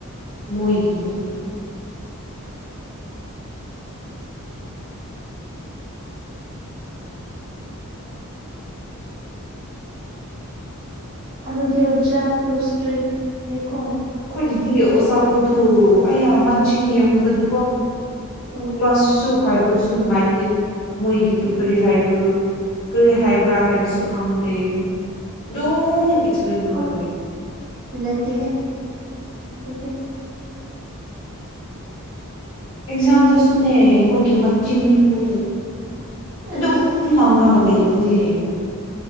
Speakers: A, on the left; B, on the right.
A: ꯃꯣꯏꯒꯤꯗꯨ
B: ꯑꯗꯨꯗꯤ ꯑꯣꯖꯥꯁꯨꯁꯇ꯭ꯔꯤꯠꯅꯦꯀꯣ
A: ꯑꯈꯣꯏꯖꯤꯗꯤ ꯑꯣꯖꯥꯈꯣꯏꯗꯨ ꯑꯌꯥ ꯃꯆꯤꯡ ꯌꯦꯡꯕꯗꯨꯀꯣ
B: ꯎꯝ
A: ꯀ꯭ꯂꯥꯁꯁꯨ ꯄꯥꯏꯕꯁꯨ ꯅꯨꯡꯉꯥꯏꯇꯦ ꯃꯣꯏꯒꯤꯗꯨ
B: ꯎꯝ
A: ꯀꯔꯤ ꯍꯥꯏꯕꯅꯣ ꯀꯔꯤ ꯍꯥꯏꯕ꯭ꯔꯥ ꯍꯥꯏꯕꯁꯨ ꯈꯪꯗꯦ ꯑꯗꯨ ꯇꯧꯔꯒ
B: ꯑꯣꯐ
A: ꯂꯩ
B: ꯅꯥꯠꯇꯦꯍꯦ ꯑꯗꯨꯇ
A: ꯑꯦꯛꯖꯥꯝꯗꯁꯨꯅꯦ ꯃꯣꯏꯒꯤ ꯃꯆꯤꯡꯗꯨꯒ ꯑꯗꯨꯝ
B: ꯑꯁ
A: ꯂꯪꯥꯒ ꯂꯩꯕꯅꯦ